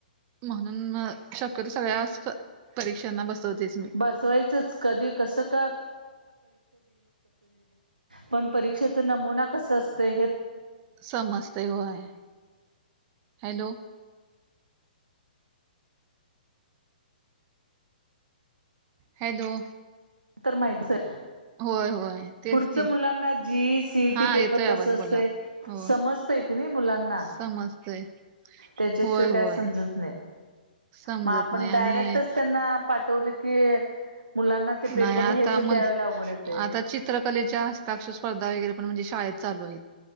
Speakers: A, on the right; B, on the right.
A: म्हणून म शक्यतो सगळ्या परीक्षांना बसवतेच मी.
B: बसवायचंच कधी कसं का? पण परीक्षेचा नमुना कस असतं हे
A: समजते होय हॅलो हॅलो
B: तर माहचय
A: होय होय तेच
B: पुढच
A: की
B: मुलांना जीई सीईटी
A: हा
B: पेपर
A: येतोय
B: कसं
A: आवाज
B: असत
A: बोला हो
B: समजतय नाही मुलांना
A: समजतय
B: त्याच्याशिवाय
A: होय
B: काय
A: होय
B: समजत नाही
A: समजत
B: मग आपण
A: नाही आणि
B: डायरेक्टच त्यांना पाठवलं की मुलांना ते पेपर
A: नाही आता
B: लिहायचं
A: मल
B: त्यावेेळे अवघडेत आहे
A: आता चित्रकलेच्या हस्ताक्षर स्पर्धागैरेणजे शाळेत लू आहेत